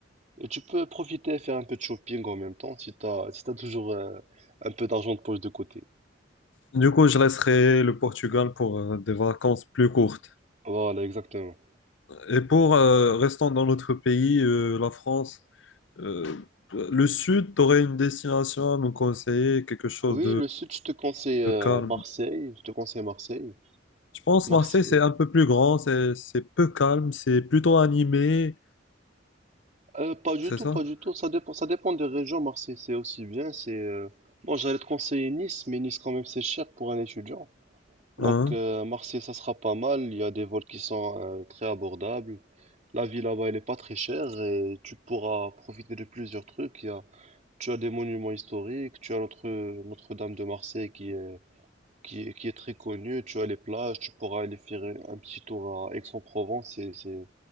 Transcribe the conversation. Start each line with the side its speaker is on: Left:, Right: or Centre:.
Right: Et tu peux profiter et faire un peu de shopping en même temps si t'as, si t'as toujours euh, un peu d'argent de poche de côté.
Left: Du coup, je laisserai le Portugal pour euh, des vacances plus courtes.
Right: Voilà, exactement.
Left: Et pour euh, restant dans notre pays, euh, la France, euh, le sud, tu aurais une destination à me conseiller, quelque chose
Right: Oui, le sud, je te conseille euh,
Left: de calme.
Right: Marseille. Je te conseille Marseille.
Left: Je pense
Right: Marseille.
Left: Marseille, c'est un peu plus grand, c'est c'est peu calme, c'est plutôt animé,
Right: Euh, pas du
Left: c'est
Right: tout,
Left: ça?
Right: pas du tout. Ça dépend, ça dépend des régions. Marseille, c'est aussi bien. C'est euh, bon, j'allais te conseiller Nice, mais Nice quand même c'est cher pour un étudiant. Donc
Left: Hein?
Right: euh, Marseille, ça sera pas mal. Il y a des vols qui sont euh, très abordables. La vie là-bas, elle est pas très chère et tu pourras profiter de plusieurs trucs. Il y a Tu as des monuments historiques, tu as notre Notre-Dame de Marseille qui est, qui est, qui est très connue, tu as les plages, tu pourras aller faire un petit tour à Aix-en-Provence, c'est, c'est,